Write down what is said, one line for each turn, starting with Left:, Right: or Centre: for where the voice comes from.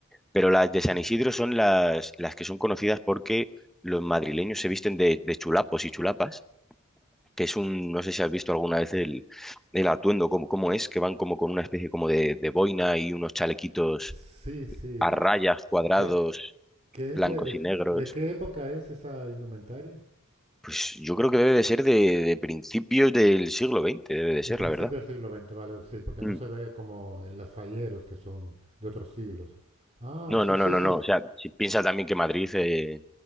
Centre: Pero las de San Isidro son las, las que son conocidas porque los madrileños se visten de, de chulapos y chulapas, que es un, no sé si has visto alguna vez el, el atuendo, cómo, cómo es, que van como con una especie como de, de boina y unos chalequitos
Right: Sí, sí.
Centre: a rayas, cuadrados,
Right: ¿Qué, qué es
Centre: blancos
Right: de, de,
Centre: y negros.
Right: de qué época es esa indumentaria?
Centre: Pues yo creo que debe de ser de, de principios del siglo XX, debe de
Right: De
Centre: ser,
Right: principio
Centre: la verdad.
Right: del siglo veinte, vale, sí, porque no
Centre: Mm.
Right: se ve como en los falleros que son de otros siglos. Ah,
Centre: No,
Right: sí,
Centre: no,
Right: sí,
Centre: no, no,
Right: sí,
Centre: no. O sea, si piensa también que Madrid, eh,